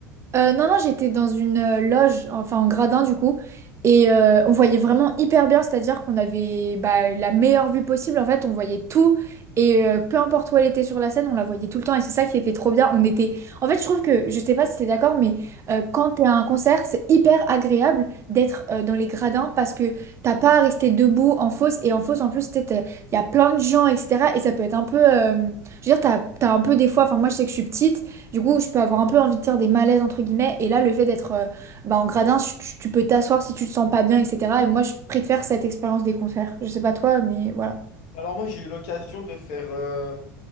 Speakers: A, on the right (about 30°); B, on the left (about 55°).
A: Euh, non, non, j'étais dans une euh, loge, enfin en gradin du coup, et euh, on voyait vraiment hyper bien, c'est-à-dire qu'on avait bah, la meilleure vue possible, en fait, on voyait tout, et euh, peu importe où elle était sur la scène, on la voyait tout le temps, et c'est ça qui était trop bien. On était... En fait, je trouve que, je sais pas si t'es d'accord, mais euh, quand t'es à un concert, c'est hyper agréable d'être euh, dans les gradins, parce que t'as pas à rester debout en fosse, et en fosse, en plus, il y a plein de gens, etc., et ça peut être un peu... euh, Je veux dire, t'as, t'as un peu des fois, enfin moi je sais que je suis petite, du coup, je peux avoir un peu envie de faire des malaises, entre guillemets. Et là, le fait d'être euh, bah, en gradin, tu, tu peux t'asseoir si tu te sens pas bien, etc. Et moi, je préfère cette expérience des concerts. Je sais pas toi, mais voilà.
B: Alors moi, j'ai eu l'occasion de faire... euh,